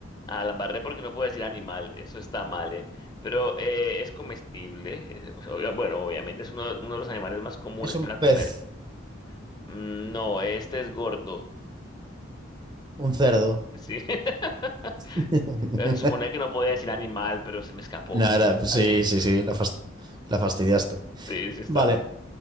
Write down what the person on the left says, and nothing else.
Ah, la embarré porque no puedo decir animal, eso está mal, ¿eh? Pero eh, es comestible, eh, o sea, obvia- bueno, obviamente es uno, uno de los animales más comunes
para comer.
Mm, No, este es gordo,
sí. <laughs>
Pero se suponía que no podía decir animal, pero se me escapó.
Vale,
sí, sí está.